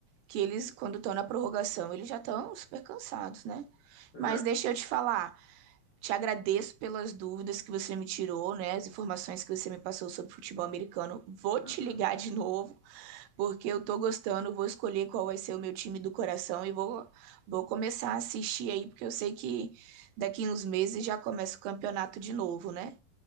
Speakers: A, on the right; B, on the left.
A: Que eles, quando estão na prorrogação, eles já estão super cansados, né?
B: Mas
A: Mas
B: é.
A: deixa eu te falar. Te agradeço pelas dúvidas que você me tirou, né? As informações que você me passou sobre futebol americano. Vou te
B: Uhum.
A: ligar de novo, porque eu tô gostando, vou escolher qual vai ser o meu time do coração e vou, vou começar a assistir aí, porque eu sei que daqui uns meses já começa o campeonato de novo, né?